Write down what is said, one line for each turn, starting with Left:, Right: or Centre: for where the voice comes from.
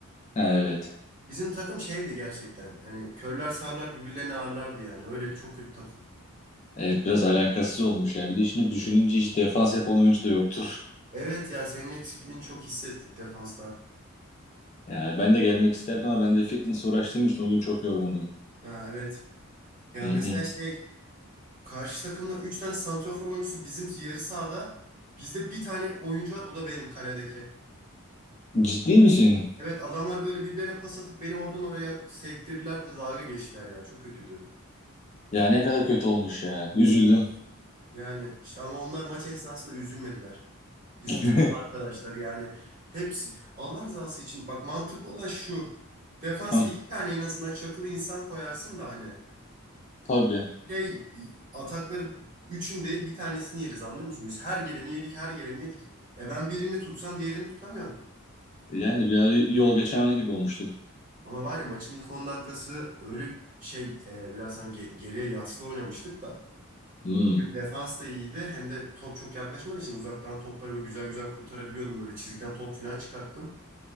Left: Ha, evet.
Right: Bizim takım şeydi gerçekten. Hani körler sağırlar birbirlerini ağırlardı yani. Öyle çok kötü takım.
Left: Evet biraz alakasız olmuş ya. Bir de şimdi düşününce hiç defans yapan oyuncu da yoktur.
Right: Evet ya senin eksikliğini çok hissettik defansta.
Left: Ya ben de gelmek isterdim ama ben de fitness uğraştığım için o gün çok yorgundum.
Right: Ha evet. Ya
Left: Hı
Right: mesela
Left: hı.
Right: şey karşı takımda 3 tane santrafor oyuncusu bizim yarı sahada. Bizde bir tane oyuncu var o da benim kaledeki.
Left: Ciddi misin?
Right: Evet adamlar böyle birbirlerine pas atıp beni oradan oraya sektirdiler bir de dalga geçtiler ya. Çok kötüydü.
Left: Ya ne kadar kötü olmuş ya. Üzüldüm.
Right: Yani işte ama onlar maç esnasında üzülmediler. Bizim
Left: <laughs>
Right: takım arkadaşlar yani hepsi Allah rızası için bak mantıklı olan şu. Defans
Left: Hı,
Right: iki tane en azından çakılı insan koyarsın da hani
Left: Tabii.
Right: şey atakları üçün değil bir tanesini yeriz anlıyor musun? Biz her geleni yedik her geleni yedik. E ben birini tutsam diğerini tutamıyorum.
Left: Yani bir ara yol geçen anı gibi olmuştur.
Right: Ama var ya maçın ilk 10 dakikası öyle şey e, biraz hani ge- geriye yaslı oynamıştık da.
Left: Hmm.
Right: Hem defans da iyiydi hem de top çok yaklaşmadığı için uzaktan topları böyle güzel güzel kurtarabiliyordum. Böyle çizgiden top falan çıkarttım.